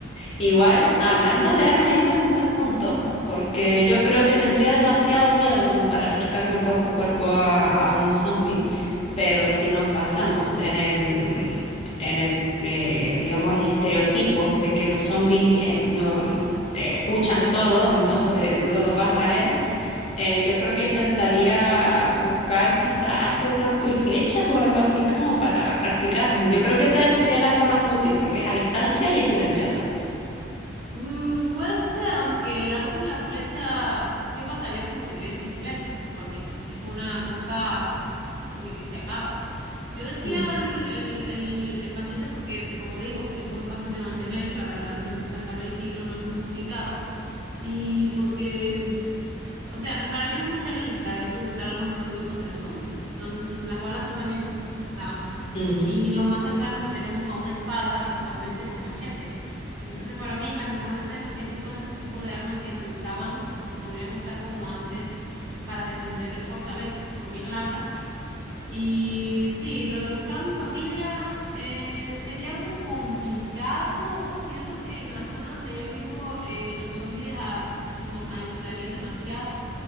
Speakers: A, on the left (about 35°); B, on the right (about 60°).
A: Igual, hablando de armas, eso es un buen punto, porque yo creo que tendría demasiado miedo como para acercarme cuerpo a cuerpo a, a un zombie. Pero si nos basamos en el, en el eh, digamos, el estereotipo de que los zombies eh, no escuchan todo, entonces el ruido los va a atraer, eh, yo creo que intentaría buscar quizás hacer un arco y flechas o algo así como para practicar. Yo creo que esa sería el arma más útil porque es a distancia y es silenciosa.
B: Mm, puede ser, aunque el arco y la flecha, ¿qué pasaría cuando te quedes sin flechas? Porque es una cosa que, que se acaba. Yo decía
A: Mm,
B: el, el- el- el machete porque, como digo, es muy fácil de mantener, la verdad, n- sacarle el filo no es muy complicado. Y porque, o sea, para mí no es muy realista eso de usar armas de fuego contra zombies. Son, son- las balas son también cosas que se acaban.
A: ujú.
B: Y lo más cercano que tenemos a una espada actualmente es un machete. Entonces, para mí, la mejor defensa siempre son ese tipo de armas que se usaban o se podrían usar como antes para defender fortalezas que son bien largas y sí, lo de buscar a mi familia eh, sería algo complicado. Siento que en la zona donde yo vivo eh, los zombies ah, nos aislarían demasiado,